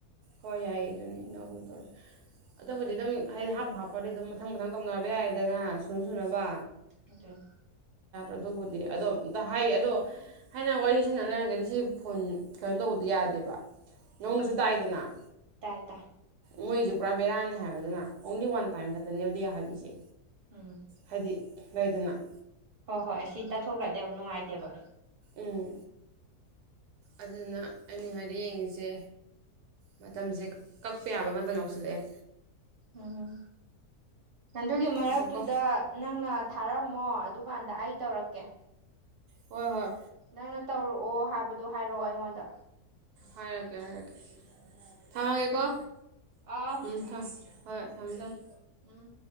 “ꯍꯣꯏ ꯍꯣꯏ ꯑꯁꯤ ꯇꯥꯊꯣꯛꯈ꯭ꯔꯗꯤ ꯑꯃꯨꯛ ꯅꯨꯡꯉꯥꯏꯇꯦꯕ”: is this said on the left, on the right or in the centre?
Right